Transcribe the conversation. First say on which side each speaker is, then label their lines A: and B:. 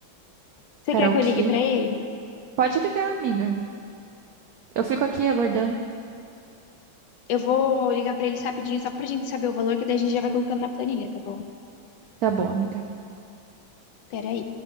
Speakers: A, on the left; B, on the right.
A: Você
B: Karaokê.
A: quer que eu ligue pra ele?
B: Pode ligar, amiga. Eu fico aqui aguardando.
A: Eu vou ligar pra eles rapidinho, só pra gente saber o valor, que daí a gente já vai colocando na planilha, tá bom?
B: Tá bom, amiga.
A: Peraí.